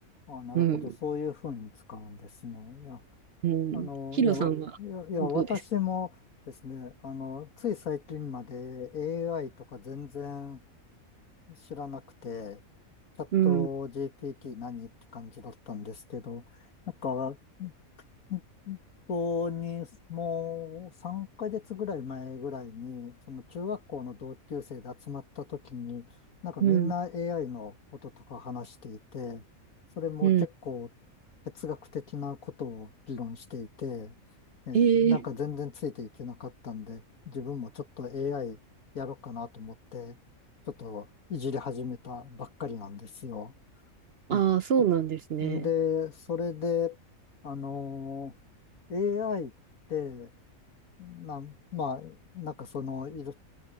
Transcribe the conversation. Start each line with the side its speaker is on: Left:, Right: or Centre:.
Left: あ、なるほど。
Right: うん、
Left: そういうふうに使うんですね。いや、
Right: うん。
Left: あの、
Right: ヒロさんはどうですか
Left: いや、わいや、いや私もですね、あの、つい最近まで AI とか全然、知らなくて、チャット
Right: うん、
Left: GPT 何って感じだったんですけど、なんか、本当にもう3ヶ月ぐらい前ぐらいに、その中学校の同級生で集まった時に、なんかみんな
Right: うん、
Left: AI のこととか話していて、それも結構哲学的なことを議論していて、
Right: うん。
Left: えーなんか全然ついていけなかったんで、
Right: えー、
Left: 自分もちょっと AI やろうかなと思って、ちょっといじり始めたばっかりなんですよ。
Right: ああ、
Left: うん
Right: そうなんですね。
Left: んで、それで、あのー AI って、なん、まあ、なんかその、いる、